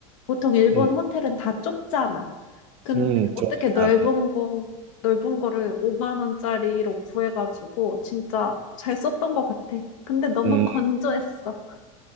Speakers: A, on the left; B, on the right.
A: 보통 일본
B: 음,
A: 호텔은 다 좁잖아. 근데
B: 음,
A: 어떻게
B: 좀
A: 넓은
B: 작아.
A: 거, 넓은 거를 5만 원짜리로 구해가지고 진짜 잘 썼던 것 같아. 근데 너무
B: 음.
A: 건조했어.